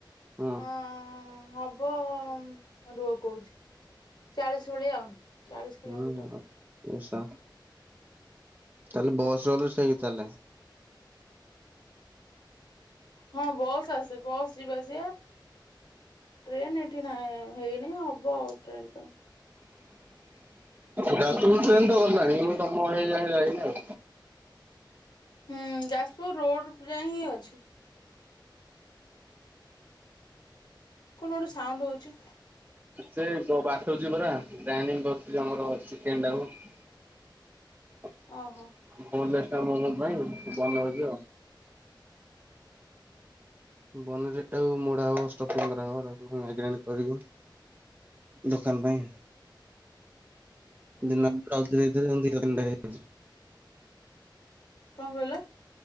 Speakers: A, on the right (about 20°); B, on the left (about 65°).
A: ହଁ
B: ଅଁ ହବ ବ ଉମ୍ ରୁହ କହୁଚି ଚାଳିଶି ଭଳିଆ ଆଉ। ଚାଳିଶ କିଲୋମିଟର
A: ହଁ ଓସା ତାହେଲେ ବସ୍ ଗଲେ ସେଇ ଚାଲେ।
B: ହଁ ବସ୍ ଆସେ ବସ୍ ଯିବା ଆସିଆ ଟ୍ରେନ ଏଠି ନାହିଁ, ହେଇନି ହବ ଆଉ ଟ୍ରେନ ପାଇଁ।
A: ଯାଜପୁରକୁ ଟ୍ରେନ୍ ତ ଗଲାଣି, କେବଳ ତମ ଏଇ ଯାଏଁ ଯାଇନି ଆଉ।
B: ହୁଁ ଯାଜପୁର ରୋଡ ଯାଇ ହିଁ ଅଛି। କଣ ଗୋଟେ ସାଉଣ୍ଡ ହଉଛି।
A: ସେ ବ-ବାଟୁଚି ପରା ଗ୍ରାଇଣ୍ଡିଙ୍ଗ କରୁଚି ଆମର ଚିକେନ ଟାକୁ।
B: ଓହୋ
A: ମୁଁ ହେଲେ। ସେଟା ମୋମୋ ପାଇଁ ବନଉଛି ଆଉ। ବନେଇଲେ ଏଟାକୁ ମୋଡା ହବ ଷ୍ଟପିଙ୍ଗ କରାହବ ତାକୁ ପୁଣି ମାଇଗ୍ରେଣ୍ଟ କରିବୁ। ଦୋକାନ ପାଇଁ।
B: ହୁଁ
A: ଦିନ <unintelligible> ଦି ଟା ତିନି ଟା ହେଇଚି।
B: କଣ କହିଲ?